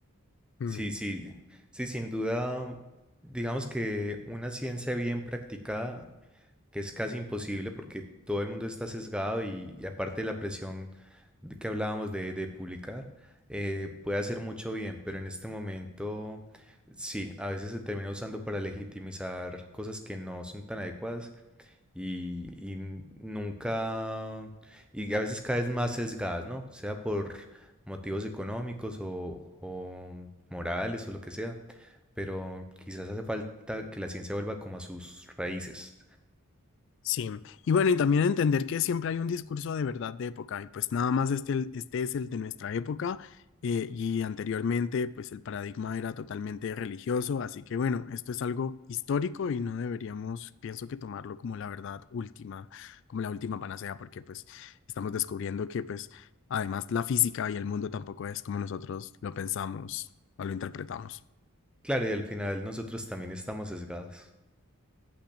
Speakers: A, on the left (about 55°); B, in the centre.
A: Mm.
B: Sí, sí, sí, sin duda, digamos que una ciencia bien practicada que es casi imposible porque todo el mundo está sesgado y, y aparte de la presión de que hablábamos de, de publicar, eh, puede hacer mucho bien, pero en este momento sí, a veces se termina usando para legitimizar cosas que no son tan adecuadas y, y n- nunca, y a veces cada vez más sesgadas, ¿no? Sea por motivos económicos o, o morales o lo que sea, pero quizás hace falta que la ciencia vuelva como a sus raíces.
A: Sí, y bueno, y también entender que siempre hay un discurso de verdad de época, y pues nada más este, este es el de nuestra época, eh, y anteriormente pues el paradigma era totalmente religioso, así que bueno, esto es algo histórico y no deberíamos, pienso que tomarlo como la verdad última, como la última panacea, porque pues estamos descubriendo que pues además la física y el mundo tampoco es como nosotros lo pensamos o lo interpretamos.
B: Claro, y al final nosotros también estamos sesgados.